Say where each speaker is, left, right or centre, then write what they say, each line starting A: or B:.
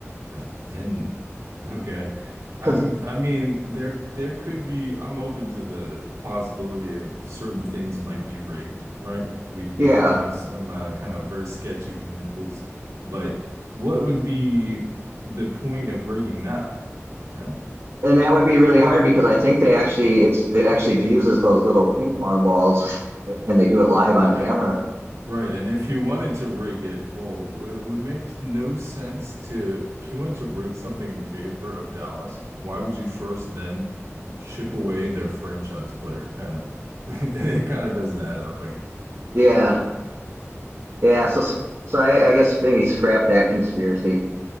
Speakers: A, on the right; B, on the right.
A: <sighs> and okay, I'm.
B: because
A: I mean, there there could be. I'm open to the possibility of certain things might be rigged, right? We
B: yeah,
A: we do have some uh, kind of very sketch examples, but what would be the point of rigging that, right?
B: and that would be really hard because I think they actually it's it actually uses those little ping pong balls <laughs> and they do it live on
A: Right,
B: camera.
A: right. And if you wanted to rig it, well, w- it would make no sense to, if you wanted to rig something in favor of Dallas, why would you first then ship away their franchise player? Kind of, <laughs> it kind of doesn't add up, I guess.
B: Yeah,
A: Yeah.
B: Yeah, so s- so I, I guess maybe scrap that conspiracy.